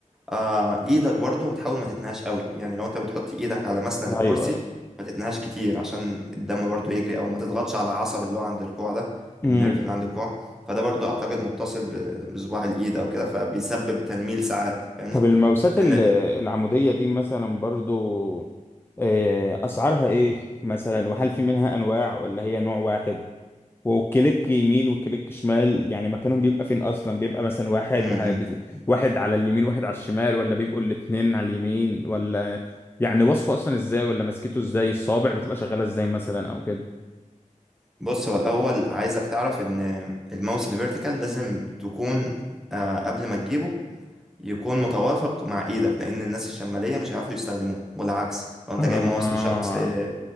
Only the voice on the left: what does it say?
ايوه
امم
طب الموسات
ال-
العمودية دي مثلا برضو آه، أسعارها إيه مثلا وهل في منها أنواع ولا هي نوع واحد وكليك يمين وكليك شمال يعني مكانهم بيبقى فين أصلا بيبقى مثلا واحد
هب- واحد على اليمين واحد على الشمال ولا بيبقوا الاتنين على اليمين ولا يعني وصفه أصلا إزاي ولا ماسكته إزاي الصابع بتبقى شغالة إزاي مثلا أو كده
آه